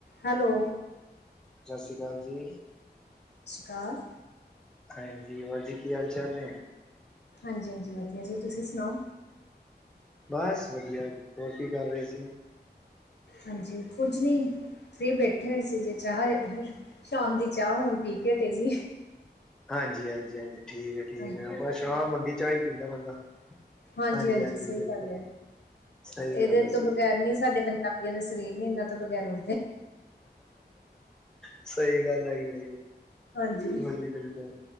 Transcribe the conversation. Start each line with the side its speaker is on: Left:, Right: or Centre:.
Left: Hello
Centre: ਸਤਿ ਸ੍ਰੀ ਅਕਾਲ ਜੀ।
Left: ਕਾਲ
Centre: ਹਾਂਜੀ ਹੋਰ ਜ਼ੀ ਕੀ ਹਾਲ-ਚਾਲ ਨੇ?
Left: ਹਾਂਜੀ-ਹਾਂਜੀ ਵਧੀਆ ਜੀ ਤੁਸੀਂ ਸੁਣਾਓ।
Centre: ਬਸ ਵਧੀਆ ਹੋਰ ਕੀ ਕਰ ਰਹੇ ਸੀ?
Left: ਹਾਂਜੀ ਕੁਝ ਨਹੀਂ, ਫਰੀ ਬੈਠੇ ਹੋ ਇਸ ਜੇ ਚਾਹ ਸ਼ਾਮ ਦੀ ਚਾਹ ਹੁਣ ਪੀ ਕੇ ਹਟੇ ਸੀ
Centre: ਹਾਂਜੀ ਹਾਂਜੀ ਹਾਂਜੀ ਠੀਕ ਹੈ ਠੀਕ
Left: ਹਾਂਜੀ
Centre: ਏ ਆਪਾਂ ਸ਼ਾਮ ਹੁੰਦੀ ਚਾਹ ਈ ਪੀਂਦਾ ਬੰਦਾ।
Left: ਹਾਂਜੀ-ਹਾਂਜੀ
Centre: ਹਾਂਜੀ ਹਾਂਜੀ
Left: ਸਹੀ
Centre: ਬਿਲਕੁਲ
Left: ਗੱਲ ਐ
Centre: ਸਹੀ
Left: ਇਹਦੇ
Centre: ਗੱਲ ਹੈਗੀ
Left: ਤੋਂ ਬਗੈਰ
Centre: ਹੈ
Left: ਨੀ ਸਾਡੇ ਪੰਜਾਬੀਆਂ ਦੇ ਸਰੀਰ ਨੀ ਇਹਨਾਂ ਤੋਂ ਬਗੈਰੋਂ
Centre: ਸਹੀ ਗੱਲ ਹੈਗੀ ਆ।
Left: ਹਾਂਜੀ
Centre: ਬਿਲਕੁਲ ਜੀ ਬਿਲਕੁਲ,